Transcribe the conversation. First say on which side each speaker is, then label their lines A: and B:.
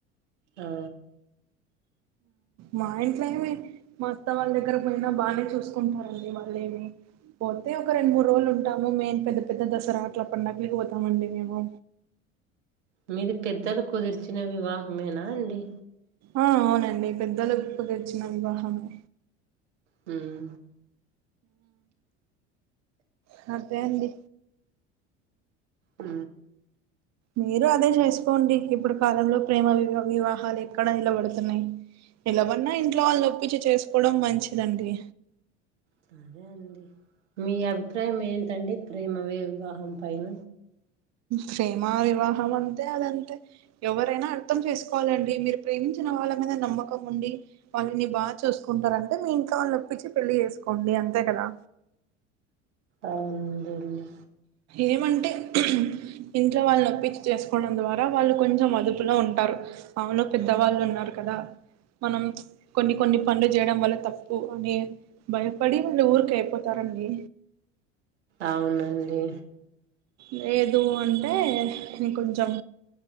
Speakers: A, on the right; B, on the right.
A: ఆ
B: మా ఇంట్లో ఏమి మా అత్తా వాళ్ళ దగ్గర పోయినా బాగానే చూసుకుంటారండి వాళ్ళేమి పోతే ఒక రెండు మూడు రోజులు ఉంటాము మేం పెద్ద పెద్ద దసరా అట్లా పండగలిపోతామ అండి మేము
A: మీది పెద్దలు కుదిర్చిన వివాహమేనా అండి
B: ఆ అవునండి పెద్దలుప్పు తెచ్చిన వివాహమే
A: హ
B: హ అదే అండి
A: ఆ
B: మీరు అదే చేసుకోండి ఇప్పుడు కాలంలో ప్రేమ వి వివాహాలు ఎక్కడా నిలబడుతున్నాయి నిలవన్నా ఇంట్లో వాళ్ళు ఒప్పించి చేసుకోవడం మంచిదండి
A: సరే అండి మీ అభిప్రాయం ఏంటండి ప్రేమ వివాహం పైన
B: ప్రేమ వివాహం అంతే అదంతే ఎవరైనా అర్థం చేసుకోవాలండి మీరు ప్రేమించిన వాళ్ళ మీద నమ్మకం ఉండి వాళ్ళని బాగా చూసుకుంటారంటే మీ ఇంట్లో వాళ్ళు ఒప్పించి పెళ్లి చేసుకోండి అంతే కదా
A: అవున్లేండీ
B: ఏమంటే ఇంట్లో వాళ్ళు నొప్పిించి చేసుకోవడం ద్వారా వాళ్ళు కొంచెం అదుపులో ఉంటారు అవును పెద్దవాళ్ళు ఉన్నారు కదా మనం కొన్ని కొన్ని పనులు చేయడం వల్ల తప్పు అనే భయపడి ఇంగ ఊరికే అయిపోతారండి
A: అవునండి
B: లేదు అంటే నేను కొంచెం